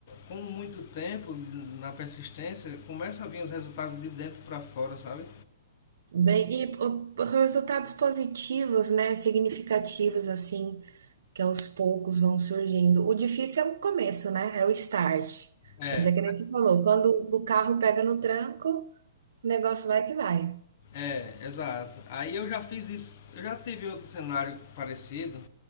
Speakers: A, on the left (about 35°); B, on the right (about 65°).
A: com muito tempo na persistência, começa a vir os resultados de dentro para fora, sabe?
B: Bem, e o- o- resultados positivos, né? Significativos, assim, que aos poucos vão surgindo. O difícil é o começo, né? É o start.
A: É,
B: Mas é que nem você falou, quando o carro pega no tranco, o negócio vai que vai.
A: é, exato. Aí eu já fiz isso, eu já tive outro cenário parecido,